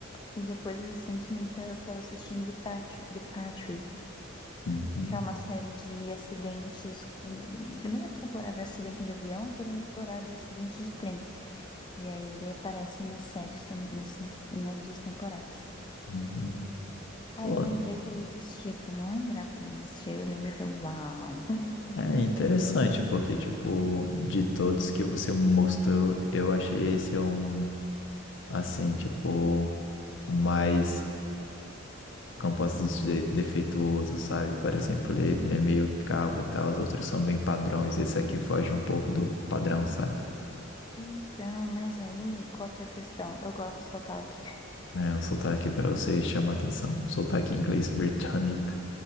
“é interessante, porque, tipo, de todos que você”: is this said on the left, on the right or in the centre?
Left